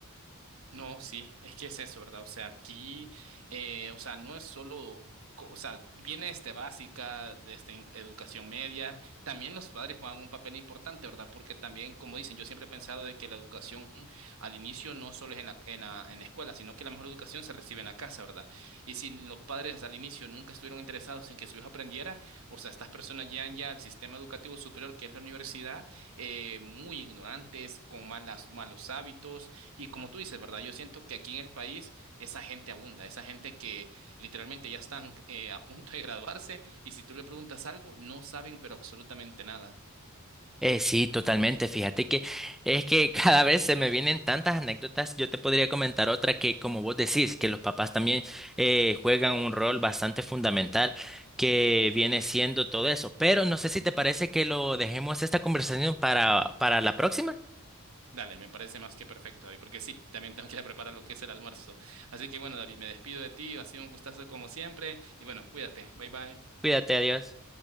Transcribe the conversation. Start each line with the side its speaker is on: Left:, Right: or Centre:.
Right: No, sí, es que es eso, ¿verdad? O sea, aquí, eh, o sea, no es solo, co- o sea, viene este básica, de este, in- educación media, también los padres juegan un papel importante, ¿verdad? Porque también, como dicen, yo siempre he pensado de que la educación al inicio no solo es en la, en la, en la escuela, sino que la mejor educación se recibe en la casa, ¿verdad? Y si los padres al inicio nunca estuvieron interesados en que su hijo aprendiera, o sea, estas personas llegan ya al sistema educativo superior, que es la universidad, eh, muy ignorantes, con malas, malos hábitos y como tú dices, ¿verdad? Yo siento que aquí en el país esa gente abunda, esa gente que literalmente ya están eh, a punto de graduarse y si tú le preguntas algo, no saben pero absolutamente nada.
Centre: Eh, sí, totalmente. Fíjate que es que <laughs> cada vez se me vienen tantas anécdotas. Yo te podría comentar otra que, como vos decís, que los papás también eh, juegan un rol bastante fundamental que viene siendo todo eso. Pero no sé si te parece que lo dejemos esta conversación para, para la próxima.
Right: Dale, me parece más que perfecto, David, porque sí, también tengo que ir a preparar lo que es el almuerzo. Así que bueno, David, me despido de ti, ha sido un gustazo como siempre y bueno, cuídate, bye bye.
Centre: Cuídate, adiós.